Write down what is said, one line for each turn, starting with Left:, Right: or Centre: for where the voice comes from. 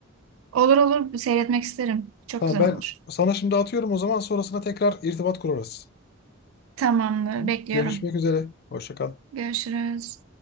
Right: Olur olur seyretmek isterim. Çok
Left: Tamam
Right: güzel
Left: ben
Right: olur.
Left: sana şimdi atıyorum o zaman sonrasında tekrar irtibat kurarız.
Right: Tamamdır,
Left: Hı?
Right: bekliyorum.
Left: Görüşmek üzere. Hoşça kal.
Right: Görüşürüz.